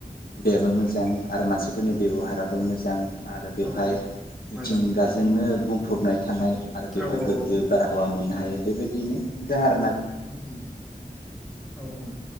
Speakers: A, on the left (about 70°); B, in the centre.
A: बेबो मोजां आरो मानसिफोरनि बेब'हाराबो मोजां। आरो बेवहाय
B: औ औ
A: मिथिंगाजोंनो
B: मोजां उम
A: बुंफबनाय। थानाय आरो बेवहाय
B: औ
A: गोग्गो
B: औ
A: बारहावा मोननाय। हायो बेबायदि। दिनो दार
B: उम उम औ औ